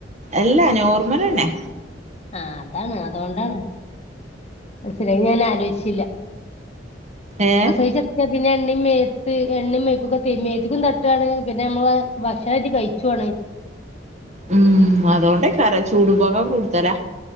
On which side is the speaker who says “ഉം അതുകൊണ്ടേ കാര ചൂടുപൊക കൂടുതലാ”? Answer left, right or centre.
Right